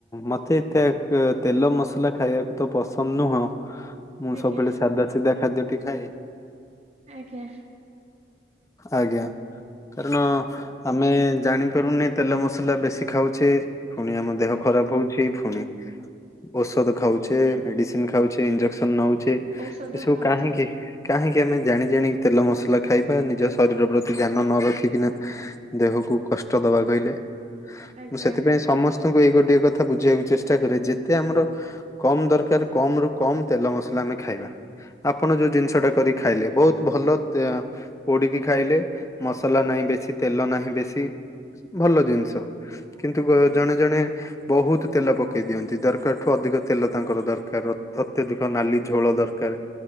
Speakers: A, on the left; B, on the right.
A: ମତେ ମତେ ତେଲ ମସଲା ଖାଇବାକୁ ତ ପସନ୍ଦ ନୁହଁ ମୁଁ
B: ଆଜ୍ଞା
A: ସବୁବେଳେ ସାଧା ସିଧା ଖାଦ୍ୟଟି ଖାଏ।
B: ଆଜ୍ଞା।
A: ଆଜ୍ଞା। କାରଣ ଆମେ ଜାଣିପାରୁନେ ତେଲ ମସଲା ବେଶୀ ଖାଉଛେ। ପୁଣି ଆମ ଦେହ
B: ଆଜ୍ଞା
A: ଖରାପ ହଉଛି ଫୁଣି ଔଷଧ ଖାଉଛେ ମେଡିସିନ ଖାଉଛେ ଇଞ୍ଜେକ୍ସନ ନଉଛେ
B: ଔଷଧ
A: ଏସବୁ
B: ଖାଉଛେ
A: କାହିଁକି? କାହିଁକି ଆମେ ଜାଣି ଜାଣି ତେଲ ମସଲା ଖାଇବା ନିଜ ଶରୀର ପ୍ରତି ଧ୍ୟାନ ନ ରଖିକିନା ଦେହକୁ କଷ୍ଟ ଦବା କହିଲେ
B: ଆଜ୍ଞା
A: ମୁଁ ସେଥିପାଇଁ ସମସ୍ତଙ୍କୁ ଏଇ ଗୋଟେ କଥା ବୁଝେଇବାକୁ ଚେଷ୍ଟା କରେ ଯେତେ ଆମର କମ୍ ଦରକାର କମ ରୁ କମ୍ ତେଲ ମସଲା ଆମେ ଖାଇବା। ଆପଣ ଯୋଉ ଜିନିଷ ଟା କରି ଖାଇଲେ ବୋହୁତ ଭଲ ପୋଡିକି ଖାଇଲେ ମସଲା ନାହିଁ ବେଶୀ ତେଲ ନାହିଁ ବେଶୀ ଭଲ
B: ଆଜ୍ଞା
A: ଜିନିଷ କିନ୍ତୁ
B: ଆଜ୍ଞା
A: ଜଣେ ଜଣେ ବୋହୁତ ତେଲ ପକେଇ ଦିଅନ୍ତି ଦରକାରଠୁ ଅଧିକ ତେଲ ତାଙ୍କର ଦରକାର ଅତ୍ୟଧିକ ନାଲି ଝୋଳ ଦରକାର।